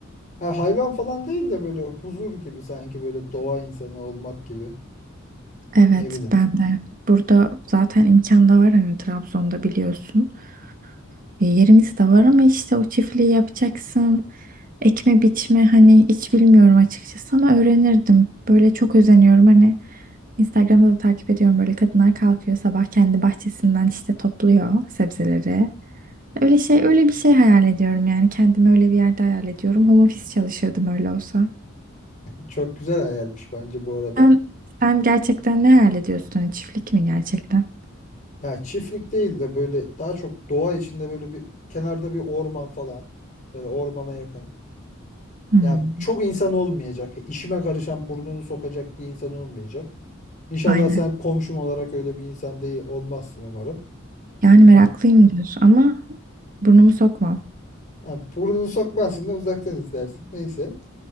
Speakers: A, on the left; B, on the right.
A: Ha, hayvan falan değil de böyle huzur gibi sanki böyle doğa insanı olmak gibi.
B: Evet
A: Ne bileyim.
B: ben de. Burada zaten imkan da var hani Trabzon'da biliyorsun. E, yerimiz de var ama işte o çiftliği yapacaksın. Ekme biçme hani hiç bilmiyorum açıkçası ama öğrenirdim. Böyle çok özeniyorum hani Instagram'da da takip ediyorum böyle kadınlar kalkıyor sabah kendi bahçesinden işte topluyor sebzeleri. Öyle şey, öyle bir şey hayal ediyorum yani. Kendimi öyle bir yerde hayal ediyorum. Home office çalışırdım öyle olsa.
A: Çok güzel hayalmiş bence bu arada.
B: Sen, sen gerçekten ne hayal ediyorsun? Hani çiftlik mi gerçekten?
A: Ya çiftlik değil de böyle daha çok doğa içinde böyle bir kenarda bir orman falan. Böyle ormana yakın.
B: Hmm,
A: Ya çok insan olmayacak. İşime karışan burnunu sokacak bir insan olmayacak. İnşallah
B: aynen.
A: sen komşum olarak öyle bir insan değil olmazsın umarım.
B: Yani meraklıyım
A: Eh,
B: diyorsun ama burnumu sokmam.
A: Ha, burnunu sokmazsın da uzaktan izlersin. Neyse.